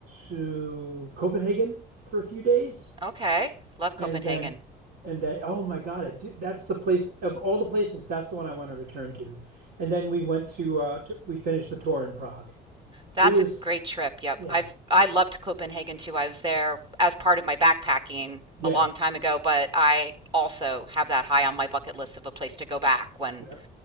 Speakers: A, on the right; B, on the right.
A: to Copenhagen for a few days,
B: Okay. Love Copenhagen.
A: and then and then oh my God, I do, that's the place of all the places. That's the one I want to return to. And then we went to, uh, to we finished the tour in Prague.
B: That's
A: It was
B: a great trip. Yep.
A: yeah,
B: I've I loved Copenhagen too. I was there as part of my backpacking
A: yeah,
B: a long time ago, but I also have that high on my bucket list of a place to go back when
A: yeah.